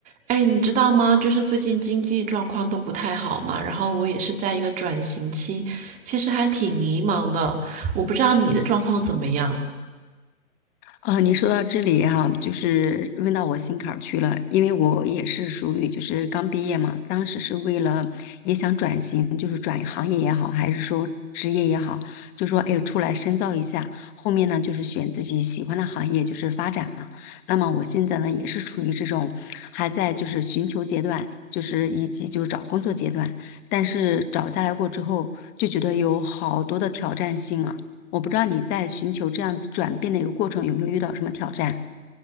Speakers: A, on the right (about 20°); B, on the left (about 20°).
A: 哎，你知道吗？就是最近经济状况都不太好嘛，然后我也是在一个转型期，其实还挺迷茫的。我不知道你的状况怎么样。
B: 啊，你说到这里哈、就是问到我心坎儿去了，因为我也是属于就是刚毕业嘛，当时是为了也想转型，就是转行业也好，还是说职业也好，就说哎出来深造一下，后面呢就是选自己喜欢的行业就是发展嘛。那么我现在呢也是处于这种还在就是寻求阶段。就是以及就是找工作阶段，但是找下来过之后，就觉得有好多的挑战性啊。我不知道你在寻求这样子转变的一个过程有没有遇到什么挑战？